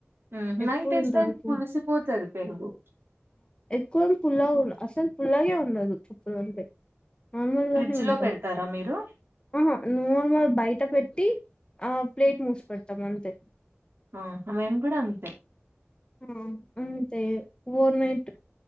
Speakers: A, on the right; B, on the left.
A: మ్మ్ హ్మ్
B: ఎప్పుడు
A: నైట్ ఏస్తే
B: ఇంతవరకు
A: అది పులిసి పోతది పెరుగు
B: ఎక్కువ పుల్ల అసలు పుల్లగే ఉండదు ఎప్పుడు అంతే నార్మల్
A: ఫ్రిడ్జ్‌లో
B: గానే ఉంటది
A: పెడతారా మీరు?
B: ఆహా నార్మల్ బయట పెటి టి ఆ ప్లేట్ మూసి పెడతాం అంతే
A: ఆ మేమేం గూడా అంతే
B: ఆ అంతే ఓవర్ నైట్